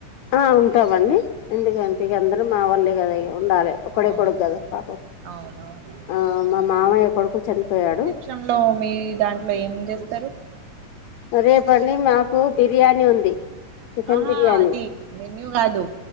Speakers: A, on the left; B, on the right.
A: ఆ ఉంటావండి ఎందుకంటే ఇక అందరూ మావాళ్ళే కదా ఇక ఉండాలె. ఒక్కడే
B: అవును
A: కొడుకు కదా పాపం,
B: అవునవునండి
A: ఆ మా మామయ్య కొడుకు చనిపోయాడు.
B: <unintelligible> లో మీ దాంట్లో ఏం చేస్తారు?
A: రేపండీ నాకు బిర్యానీ ఉంది. చికెన్
B: ఆహా
A: బిర్యానీ
B: అది మెన్యూ కాదు